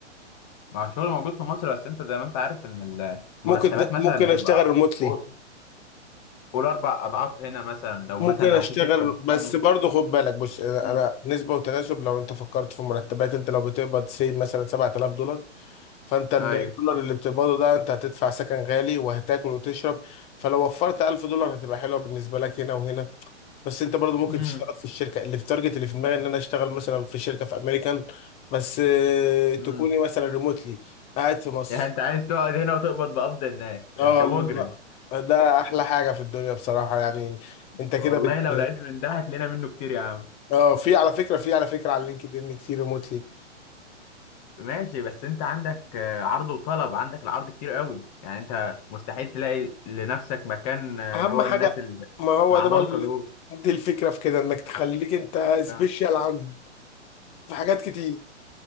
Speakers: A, on the left; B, on the left.
A: مع الشغل موجود في مصر بس انت زي ما انت عارف ان
B: ممكن
A: المرتبات مثلا
B: ممكن
A: بتبقى
B: اشتغل ريموتلي
A: قول قول اربع اضعاف هنا مثلا لو
B: ممكن
A: مثلا لو
B: اشتغل
A: في شركه محترمه
B: بس برضه خد بالك بص انا
A: مم.
B: أنا نسبه وتناسب لو انت فكرت في مرتبات انت لو بتقبض سي مثلا 7000 دولار فانت الدولار
A: ايوه
B: اللي بتقبضه ده انت هتدفع سكن غالي وهتاكل وتشرب فلو وفرت 1000 دولار هتبقى حلوه بالنسبه لك هنا وهنا بس انت برضه ممكن
A: مم.
B: تشتغل في الشركه اللي في تارجت اللي في دماغي ان انا اشتغل مثلا في شركه في امريكان بس آه، تكوني
A: امم
B: مثلا ريموتلي قاعد في مصر
A: يعني انت عايز تقعد هنا وتقبض بقبض هناك انت
B: اه الله
A: مجرم
B: ده احلى حاجه في الدنيا بصراحه يعني انت كده
A: والله
B: بت
A: لو لقيت من ده هتلاقينا منه كتير يا عم
B: اه في على فكره في على فكره على لينكد ان كتير ريموتلي
A: ماشي بس انت عندك آه، عرض وطلب عندك العرض كتير قوي يعني انت مستحيل تلاقي لنفسك مكان آه،
B: اهم
A: جوه
B: حاجه
A: الناس ال-
B: ما هو
A: العمالقة
B: ده بقى ال-
A: دول
B: دي الفكره في كده انك تخليك انت سبيشال
A: آه.
B: عنهم في حاجات كتير